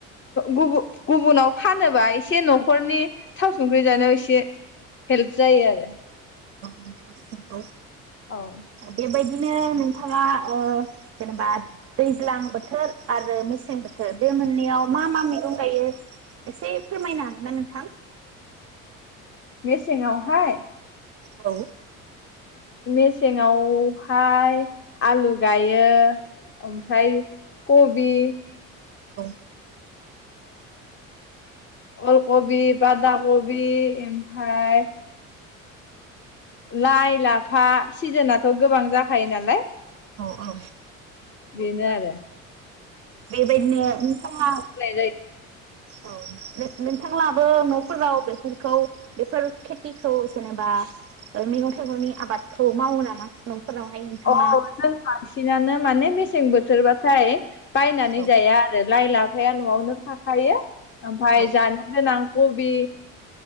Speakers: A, on the left (about 30°); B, on the right (about 35°).
A: गुबुन गुबुनाव फानोबा एसे न'खरनि थाव संख्रि जानायाव एसे हेल्प जायो आरो
B: नोंथां नंगौ।
A: औ
B: बेबायदिनो नोंथाङा जेनेबा दैज्लां बोथोर आरो मेसें बोथोर बे मोननैयाव मा मा मैगं गायो एसे फोरमायनो हागोन ना नोंथां
A: मेसेंआवहाय
B: औ
A: मेसेंआवहाय आलु गायो ओमफ्राय कबि
B: औ
A: अलकबि बादा कबि ओमफ्रायाय लाइ लाफा सिजोनथ' गोबां जाखायो नालाय
B: औ औ।
A: बिनो आरोे
B: बेबायदिनो नोंथाङा
A: जायो
B: औ नोंथांलाबो न'फोराव बेफोरखौ बेफोर खेथिखौ जेनेबा मैगं थाइगंनि आबादखौ मावो नामा न'फोरावहाय नोंथाङा
A: अ जों बांसिनानो माने मेसें बोथोरबाथाय बायनानै
B: औ
A: जाया आरो लाइ लाफाया न'आवनो थाखायो ओमफाय
B: औ
A: जानो गोनां कबि